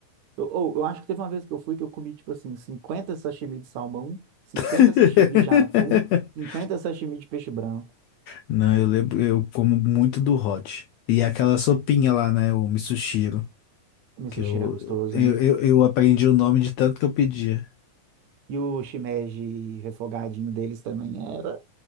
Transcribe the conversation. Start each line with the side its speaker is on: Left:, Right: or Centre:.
Right: Eu, eu, eu acho que teve uma vez que eu fui que eu comi, tipo assim, 50 sashimi de salmão, 50
Left: <laughs>
Right: sashimi de atum, 50 sashimi de peixe branco.
Left: Não, eu lembro, eu como muito do hot. E aquela sopinha lá, né? O misoshiro.
Right: O meu
Left: Que
Right: sushi
Left: eu,
Right: era gostoso,
Left: eu,
Right: hein?
Left: eu, eu aprendi o nome de tanto que eu pedia.
Right: E o shimeji refogadinho deles também era.